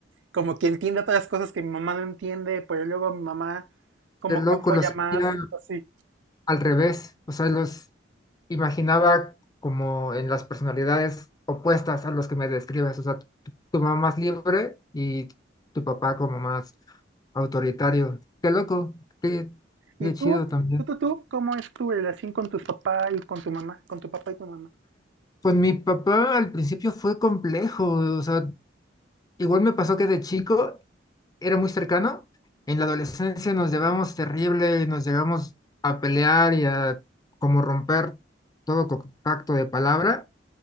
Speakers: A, on the right; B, on the left.
A: como que entiende otras cosas que mi mamá no entiende, pero luego mi mamá como
B: El loco
A: que apoya
B: lo sentía
A: más, así.
B: al revés. O sea, los, imaginaba como en las personalidades opuestas a los que me describes, o sea, tu, tu mamá más libre y tu papá como más autoritario. Qué loco, qué,
A: ¿Y
B: qué
A: tú?
B: chido también.
A: ¿Tú, tú, tú? ¿Cómo es tu relación con tus papás y con tu mamá? Con tu papá y tu mamá.
B: Pues mi papá al principio fue complejo, o sea, igual me pasó que de chico era muy cercano, en la adolescencia nos llevamos terrible, nos llegamos a pelear y a como romper todo contacto de palabra.